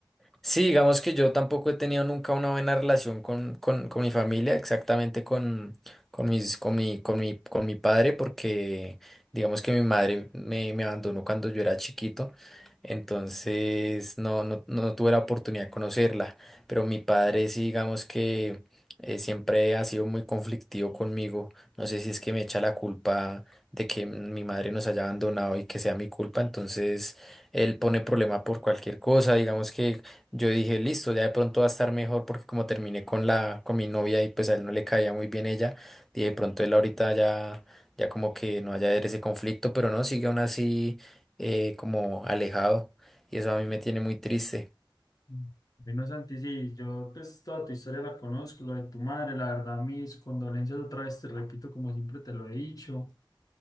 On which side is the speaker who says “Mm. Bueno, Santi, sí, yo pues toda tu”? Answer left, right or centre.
Left